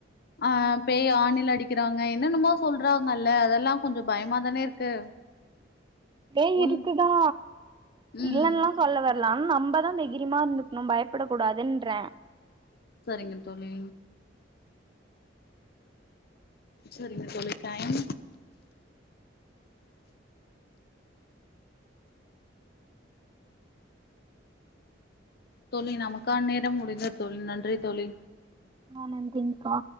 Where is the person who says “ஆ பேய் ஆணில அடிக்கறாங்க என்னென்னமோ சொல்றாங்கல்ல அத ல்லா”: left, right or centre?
Left